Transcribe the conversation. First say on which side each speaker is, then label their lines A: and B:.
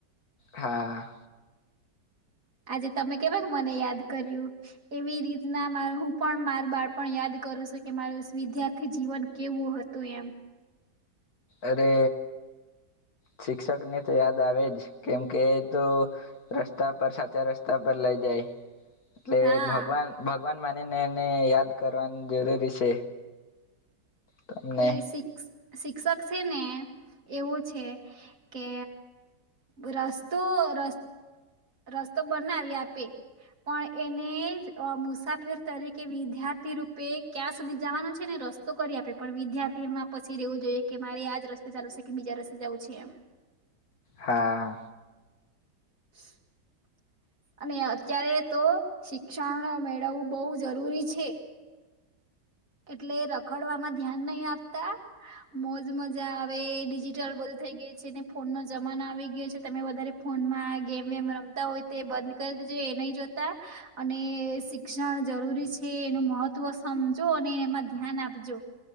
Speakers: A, on the left; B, on the right.
A: હા.
B: આજે તમે કેવાક મને યાદ કર્યું એવી રીતના મા હું પણ મારું બાળપ યાદ કરું છું કે મારું વિદ્યાર્થી જીવન કેવું હતું એમ.
A: અરે શિક્ષક ને તો યાદ આવે જ કેમકે તો રસ્તા પર સાચા રસ્તા પર લઇ જાય. એટલે
B: હા
A: ભગવાન ભ ભગવાન માની ને એમને યાદ કરવાનું જરૂરી છે. તમને
B: એ સિક્સ શિક્ષક છે, ને એવું છે કે રસ્તો ર <unintelligible> તો બનાવી આપે પણ, એને જ મુસાફર તરીકે વિદ્યાર્થી રૂપે ક્યાં સુધી જવાનો છે ને રસ્તો કરી આપે પણ વિદ્યાર્થી એમાં પછી રવું જોઈએ કે મારે આજ રસ્તે ચાલુ છે કે બીજા રસ્તે જવું છે એમ
A: હા
B: <inaudible> અને અત્યારે તો શિક્ષણ મેળવવું બહવ જરૂરી છે એટલે રખડવાવામાં ધ્યાન નહી આપતા મોજ મજા હવે ડિજિટલ બધું થઈ ગયું છે ને ફોન ન જમાનો આવી ગયો છે, તમે વધારે ફોનમાં ગેમ વેમ રમતા હોય તે બંધ કરી દેજો, એ નહી જોતા અને શિક્ષણ જરૂરી છે એનું મહત્વ સમજ જોને એમાં ધ્યાન આપજો.